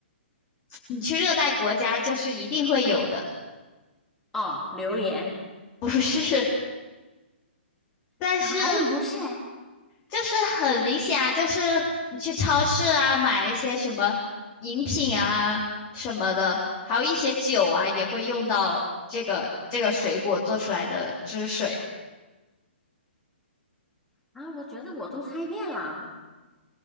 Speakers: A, on the left; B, in the centre.
A: 你去热带国家就是一定会有的，
B: 哦，榴莲。
A: 不是，<laughs> 但是
B: 还不是？啊，
A: 就是很明显啊，就是你去超市啊买一些什么饮品啊什么的，还有一些酒啊，也会用到这个这个水果做出来的汁水。
B: 我觉得我都猜遍了。